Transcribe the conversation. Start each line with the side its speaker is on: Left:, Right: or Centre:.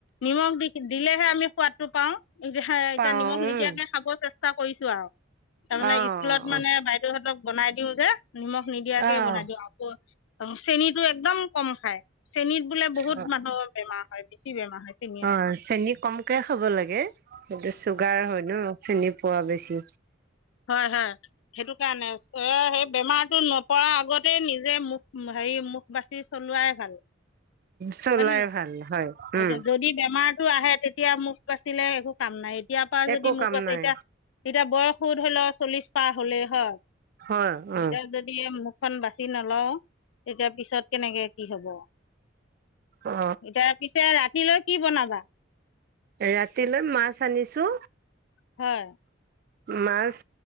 Left: নিমখ দি দিলেহে আমি সোৱাদটো পাও এতিয়া
Right: পাওঁ
Left: নিমখ
Right: উম,
Left: নিদিয়াকে খাব চেষ্টা, চেষ্টা কৰিছো আৰু তাৰমানে
Right: অ'।
Left: স্কুলত মানে বাইদেউহঁতক বনাই দিওঁ যে। নিমখ নিদিয়াকে
Right: অ',
Left: বনাই দিওঁ আকৌ চেনটো একদম কম খাই চেনীত, বোলে বহুত
Right: অ',
Left: মানুহৰ বেমাৰ হয় বেছি বেমাৰ। হয় চেনিয়ত
Right: অ' চেনী কমকে খাব লাগে সেইটো চুগাৰ হয় ন। চেনি পোৱা বেছি।
Left: হয়-হয় সেইটো কাৰণে সেই বেমাৰটো নপাৰ আগত নিজে মুখ হেৰি মুখ বাচি চলোৱাই ভাল।
Right: চলাই
Left: হয় নে নহয়
Right: ভাল হয় উম
Left: এতিয়া যদি বেমাৰ টো আহে তেতিয়া মোক আছিলে একো কাম নাই এতিাৰ পৰা
Right: একো
Left: যদি মোক
Right: কাম
Left: আছে
Right: নাই
Left: এতিয়া এতিয়া বয়স। ফুধ হলেও চল্লিশ প হলেই হয়
Right: হয় অ
Left: এ যদি খন বাছি নলও তেতিয়া পিছত কেনেকে কি হব।
Right: অ
Left: তাৰ পিছে ৰাতিলৈ কি বনাবা
Right: ৰাতিলৈ মাছ আনিছো।
Left: হয়।
Right: মাছ